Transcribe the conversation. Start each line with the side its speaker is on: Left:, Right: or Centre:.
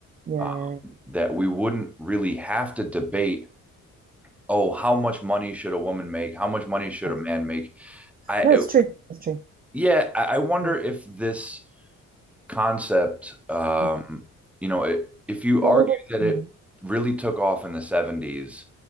Right: Yeah.
Centre: uh,
Right: Yeah.
Centre: that we wouldn't really have to debate, oh, how much money should a woman make? How much money should
Right: yeah,
Centre: a man make? I,
Right: yeah. No, it's true. It's true.
Centre: yeah, I wonder
Right: Yeah.
Centre: if this concept, um,
Right: yeah.
Centre: you know, it, if you
Right: Well,
Centre: argue
Right: well, well,
Centre: that it
Right: mm,
Centre: really took off in the 70s